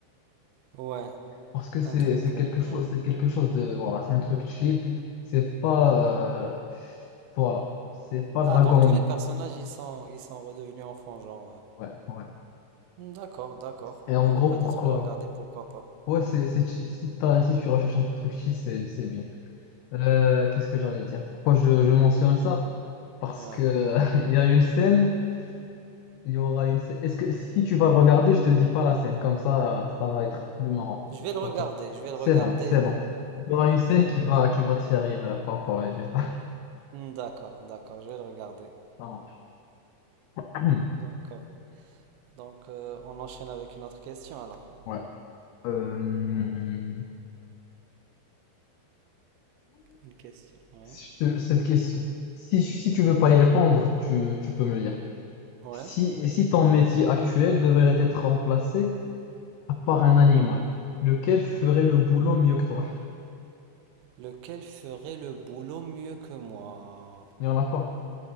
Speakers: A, on the right; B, on the left.
A: Ouais,
B: Parce que c'est
A: un truc,
B: c'est quelque
A: euh,
B: chose,
A: ouais.
B: c'est quelque chose de, voilà, c'est un truc chill. C'est pas, euh, voilà, c'est pas Dragon.
A: Ah, donc tous les personnages, ils sont, ils sont redevenus enfants, genre. euh.
B: Ouais, ouais, ouais.
A: Hmm, D'accord, d'accord.
B: Et en
A: Je
B: gros,
A: vais peut-être
B: pourquoi?
A: le regarder, pourquoi pas.
B: Ouais, c'est, c'est, chi- si t'as, si tu recherches un truc chill, c'est, c'est bien. Euh, qu'est-ce que j'allais dire? Pourquoi je, je mentionne ça? Parce
A: Ouais.
B: que <laughs> il y a une scène, il y aura une scène. Est-ce que si tu vas le regarder, je te dis pas la scène, comme ça, ça va être plus marrant
A: Je vais le
B: pour
A: regarder,
B: toi.
A: je vais le
B: C'est
A: regarder.
B: bon, c'est
A: et peu-
B: bon. Il y aura
A: Ouais,
B: une scène
A: je vais le
B: qui
A: regarder.
B: va, qui va te faire rire, euh, par rapport à Vegeta.
A: Hmm, D'accord, d'accord, je vais le regarder.
B: <laughs> <clears throat> Hmm,
A: D'accord. Donc, euh, on enchaîne avec une autre question, alors.
B: Ouais. Euh,
A: Une question, ouais.
B: si je te- cette question, si, si tu veux pas y répondre, tu, tu peux me le dire.
A: Ouais.
B: Si, si ton métier actuel devrait être remplacé par un animal, lequel ferait le boulot mieux que toi?
A: Lequel ferait le boulot mieux que moi?
B: Il n'y en a pas.